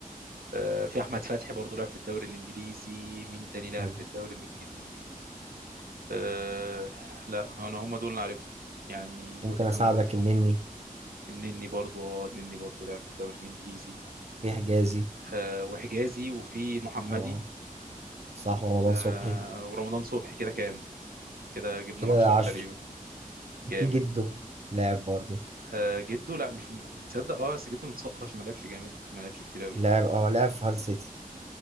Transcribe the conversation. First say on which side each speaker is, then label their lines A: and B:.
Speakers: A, on the right (about 85°); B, on the right (about 45°).
A: آه، في احمد فتحي برضه لعب في الدوري الانجليزي مين تاني لعب
B: حلو
A: في الدوري الانجليزي أه لا انا هم دول اللي عارفهم يعني دول
B: ممكن
A: اللي
B: اساعدك
A: انا عارفهم
B: النني
A: النني برضو اه النني برضو لعب في الدوري الانجليزي
B: في حجازي
A: أه وحجازي وفي المحمدي
B: اه صح ورمضان
A: أه
B: صبحي
A: ورمضان صبحي كده كام كده جبنا
B: كده
A: العشرة
B: عشر
A: تقريبا جامد
B: في جده لاعب برضه
A: أه جدو لا مش م... تصدق اه بس جدو متسقط عشان ما لعبش جامد ما لعبش كتير قوي
B: لاعب اه لاعب في هال سيتي